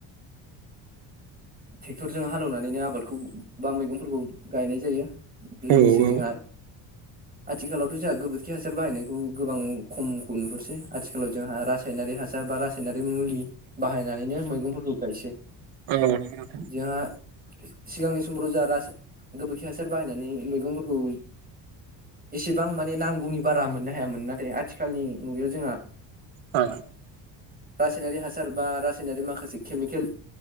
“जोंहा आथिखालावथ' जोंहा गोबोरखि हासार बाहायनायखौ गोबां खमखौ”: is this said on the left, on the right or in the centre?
Right